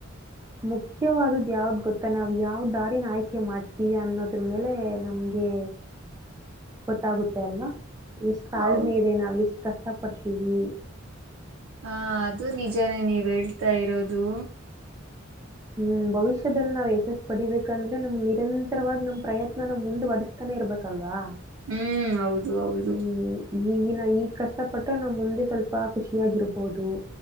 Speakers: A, on the right (about 15°); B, on the right (about 80°).
A: ಮುಖ್ಯವಾದ್ದು ಯಾವ್ದ್ ಗೊತ್ತಾ ನಾವ್ ಯಾವ್ ದಾರಿನ ಆಯ್ಕೆ ಮಾಡ್ತೀವಿ ಅನ್ನೋದ್ರ ಮೇಲೆ ನಮ್ಗೆ ಗೊತ್ತಾಗುತ್ತೆ ಅಲ್ವಾ. ಎಷ್ಟ್ ತಾಳ್ಮೆ
B: ಹೌ
A: ಇದೆ ನಾವ್ ಎಷ್ಟು ಕಷ್ಟ ಇಷ್ಟಪಡ್ತೀವಿ.
B: ಹಾ ಅದು ನಿಜಾನೇ ನೀವ್ ಹೇಳ್ತಾ ಇರೋದು?
A: ಹ್ಮ್ ಭವಿಷ್ಯದಲ್ಲಿ ನಾವ್ ಯಶಸ್ ಪಡಿಬೇಕಂದ್ರೆ ನಮ್ ನಿರಂತರವಾಗಿ ನಮ್ ಪ್ರಯತ್ನ ನಾವ ಮುಂದುವರಿಸಸ್ತಾನೆ ಇರ್ಬೇಕಲ್ವಾ.
B: ಹ್ಮ್ ಹೌದು ಹೌದು.
A: ಹ್ಮ್. ಈಗಿನ ಈಗ ಕಷ್ಟಪಟ್ಟ್ರ ನಾನ್ ಮುಂದೆ ಸ್ವಲ್ಪ ಖುಷಿಯಾಗಿರ್ಬೋದು.